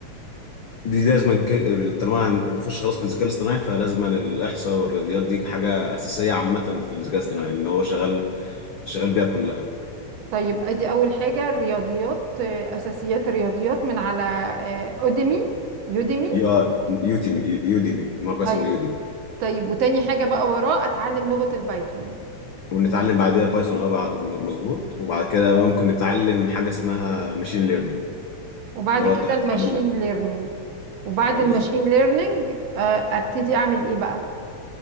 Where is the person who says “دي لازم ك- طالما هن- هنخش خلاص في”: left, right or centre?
Left